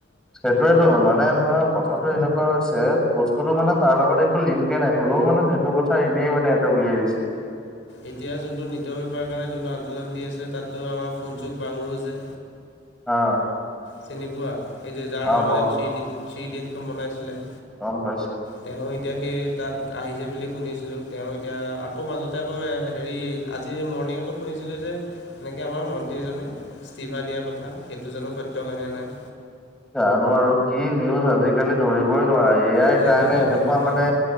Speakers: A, in the centre; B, on the left (about 90°).
A: সেইটোয়েতো মানে ধৰা কথাটো এনেকুৱা হৈছে বস্তুতটো মানে তাৰ লগত, একো লিংকে নাই হ'লেও মানে সেইটো কথা এনেই মানে এটা উলিয়াই দিছে।
B: এতিয়া যোনটো নিতৰ বেপাৰৰ কাৰণে যোনটো আন্দোলন দি আছে তাততো আমাৰ ফোনচোন কৰাবোৰো যে।
A: অ,
B: চিনি পোৱা এই যে যাৰ
A: পাওঁ
B: নামাজত
A: পাওঁ
B: থ্ৰী থ্ৰী ইডিয়েট খন যে বনাইছিলে।
A: গম পাইছো।
B: তেওঁ এতিয়া সেই তাত আহিছে বুলি শুনিছিলোঁ তেওঁ এতিয়া আকৌ মাজতে আকৌ হেৰি। আজি মৰ্ণিঙ আকৌ শুনিছিলোঁ যে। এনেকৈ আমাৰ মন্ত্ৰী এজনে ইস্তিফা দিয়াৰ কথা সেইটো জানো সত্য হয় নে নাই।
A: জানো আৰু কি নিউজ আজিকালি ধৰিবই নোৱাৰে ইয়াই
B: ধৰিব
A: কাৰণে
B: নোৱাৰি
A: এনেকুৱা
B: ধৰিব নোৱাৰি
A: মানে।